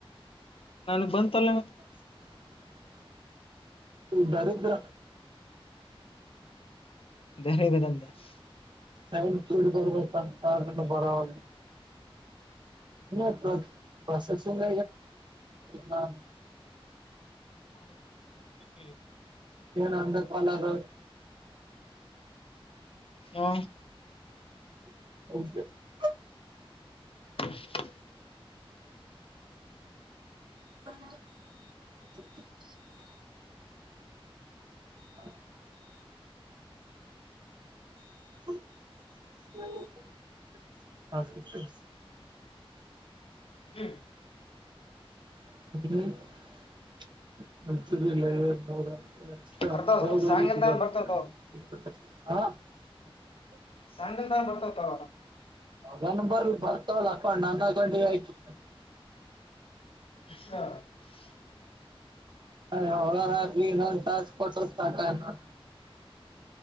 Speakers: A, on the left; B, on the right.
A: ನನ್ಗ್ ಬಂತಲ್ಲೇ ಮತ್ತೆ
B: <unintelligible> ದರಿದ್ರ
A: <unintelligible>
B: ಟೈಂ ಕೂಡಿ ಬರಬೇಕಂತ ಬರವಲತ್ ಹ ಪ್ರಸ ಪ್ರೋಸೆಸಿಂಗ್ ದಾಗ <unintelligible>
A: <unintelligible>
B: ಏನು ಅಂದ ಕಾಲಾಗ್
A: ಹು
B: <unintelligible>
A: <unintelligible>
B: <unintelligible> <unintelligible> <unintelligible>
A: ಹ್ಮ್
B: <unintelligible> ಮಂಚೂರಿ ಇಲ್ಲ ನರ <unintelligible>
A: ಬರ್ತಾವ ಸಾಯಂಕಾಲ ಬರ್ತಾವ ತಗೋ <unintelligible>
B: ಹದನ್ ಬರ ಬರ್ತವಲ್ಲ ಹಕೊಂಡ್ ನಂದ ಹಾಕೊಂಡ ಆಯ್ತು
A: <unintelligible>
B: <unintelligible>